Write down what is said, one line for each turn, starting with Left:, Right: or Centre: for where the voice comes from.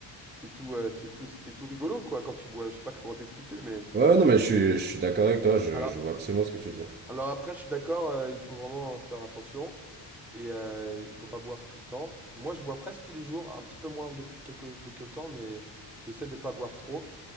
Centre: t'es tout, euh, tu tout, tu es tout rigolo, quoi, quand tu bois. Je sais pas comment t'expliquer, mais...
Right: Ouais, ouais, non, mais je suis, je suis d'accord avec toi, je,
Centre: Alors,
Right: je vois absolument ce que tu veux dire.
Centre: alors après, je suis d'accord, euh, il faut vraiment faire attention. Et euh, il faut pas boire tout le temps. Moi, je bois presque tous les jours, un petit peu moins depuis quelques, de quelques temps, mais j'essaie de pas boire trop.